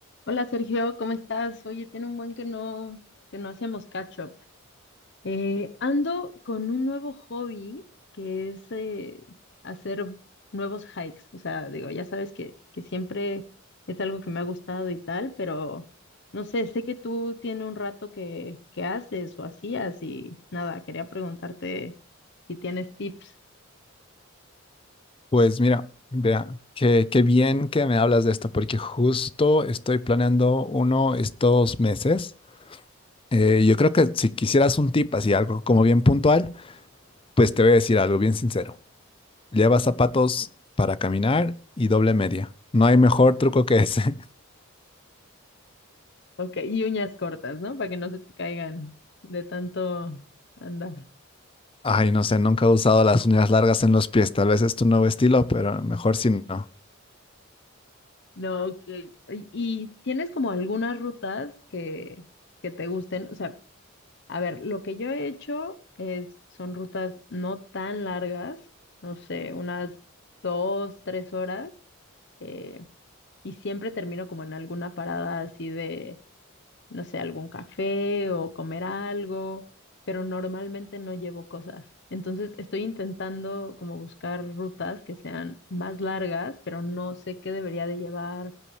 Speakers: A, on the left (about 55°); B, on the left (about 25°).
A: Hola Sergio, ¿cómo estás? Oye, tiene un buen que no, que no hacemos catch up. Eh, ando con un nuevo hobby que es eh, hacer nuevos hikes. O sea, digo, ya sabes que, que siempre es algo que me ha gustado y tal, pero no sé, sé que tú tienes un rato que, que haces o hacías y nada, quería preguntarte si tienes tips.
B: Pues mira, vea, qué, qué bien que me hablas de esto, porque justo estoy planeando uno estos meses. Eh, yo creo que si quisieras un tip así, algo como bien puntual, pues te voy a decir algo bien sincero. Lleva zapatos para caminar y doble media. No hay mejor truco que ese.
A: Ok, y uñas cortas, ¿no? Para que no se te caigan de tanto andar.
B: <laughs> Ay, no sé, nunca he usado las uñas largas en los pies. Tal vez es tu nuevo estilo, pero mejor si no.
A: No, que ¿Y y tienes como algunas rutas que, que te gusten? O sea, a ver, lo que yo he hecho es, son rutas no tan largas, no sé, unas dos, tres horas, eh, y siempre termino como en alguna parada así de no sé, algún café o comer algo, pero normalmente no llevo cosas. Entonces estoy intentando como buscar rutas que sean más largas, pero no sé qué debería de llevar,